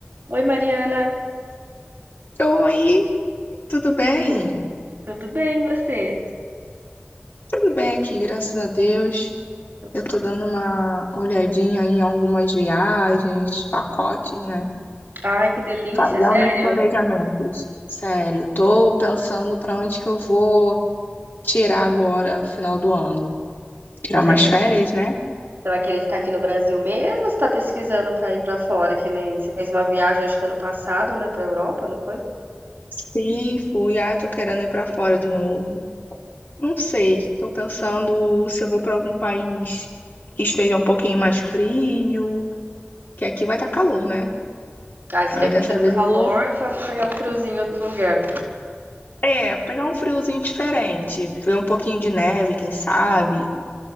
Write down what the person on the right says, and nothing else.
Oi, Mariana,
tudo bem e você?
Tá bom.
Ai, que delícia,
sério?
Você
quer-
você vai querer ficar aqui no Brasil mesmo? ou Você tá pesquisando pra ir pra fora, que nem você fez uma viagem acho que ano passado, né, Pra Europa, não foi?
Ai, você
quer
fugir do
calor
pra pegar um friozinho em outro lugar?